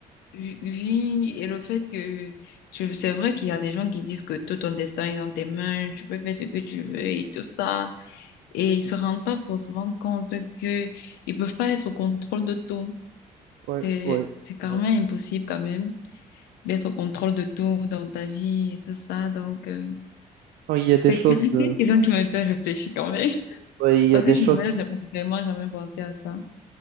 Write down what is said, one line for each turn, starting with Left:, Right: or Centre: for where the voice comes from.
Left: vu vu et le fait que tu- c'est vrai qu'il y a des gens qui disent que tout ton destin est dans tes mains, tu peux faire ce que tu veux et tout ça et ils se rendent pas forcément compte que ils peuvent pas être au contrôle de tout.
Right: Ouais,
Left: C'est
Right: ouais,
Left: c'est quand
Right: ouais.
Left: même impossible quand même d'être au contrôle de tout dans ta vie et tout ça donc euh,
Right: Non, Il y a des
Left: c'est
Right: choses,
Left: <laughs> c'est une
Right: euh,
Left: question qui me fait réfléchir quand même
Right: ouais, il y
Left: parce
Right: a des
Left: que je
Right: choses.
Left: n'avais vraiment jamais pensé à ça.